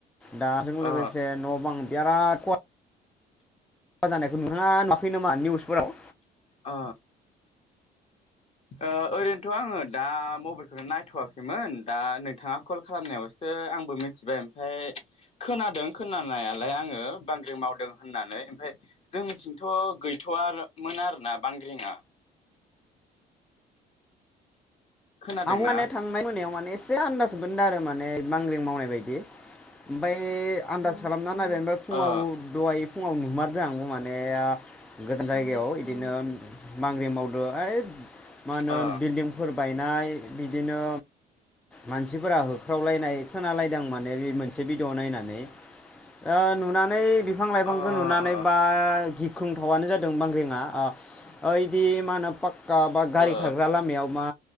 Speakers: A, in the centre; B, on the left.
A: दाजों लोगोसे
B: अ
A: न बां बिराद ख मा जानायखौ नुनाङा नुवाखै नामा निउसफोराव।
B: ओ। ओ ओरैनोथ आङो दा मबाइलखौनो नायथवाखैमोन दा नोंथाङा कल खालामनायावसो आंबो मिथिबाय ओमफाय खोनादों खोनानायालाय आङो बांग्रिं मावदों होननानै ओमफाय जोंनिथिंथ गैथवा आरो मोन आरोना बांग्रिंआ। खोनादोंना
A: आं माने थांनाय मोनायाव माने एसे आनदाज मोनदों आरो माने बांग्रिं मावनाय बायदि ओमफ्राय आन्दाज खालामना नायबाय फुङाव
B: ओ
A: दहाय फुङाव नु हमारदों आंबो माने गोजान जायगायाव बिदिनो बांग्रि मावदो है मा होनो
B: ओ
A: बिल्डिंफोर बायनो नाय बिदिनो मानसिफोरा होख्रावलायनाय खोनालायदों माने बे मोनसे भिडिय' नायनानै द नुनानै नै बिफां लाइफांखौ
B: ओ
A: नुनानै
B: ओ
A: बा गिख्रुंथावनो जादों बांग्रिं आ ओइदि मा होनो पाक्का बा गारि
B: ओ
A: खारग्रा लामायाव मा